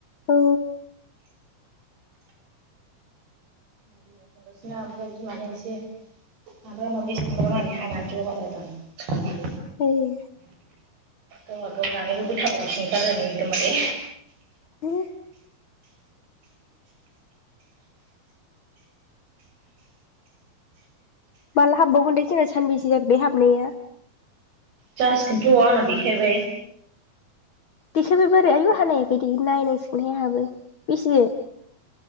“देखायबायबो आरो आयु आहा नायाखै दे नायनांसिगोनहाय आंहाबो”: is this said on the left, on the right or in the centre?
Left